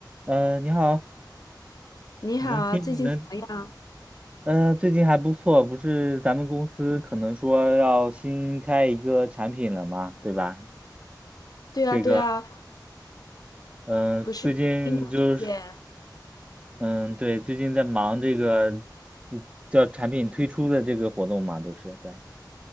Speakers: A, on the right; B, on the left.
A: 嗯，你好，
B: 你好啊，
A: 你能听能，
B: 最近怎么样？
A: 呃，最近还不错，不是咱们公司可能说要新开一个产品了嘛，对吧？
B: 对啊，
A: 这个，
B: 对啊，
A: 嗯，
B: 不是英国这边。
A: 最近就是，嗯，对，最近在忙这个，就叫产品推出的这个活动嘛，都是在。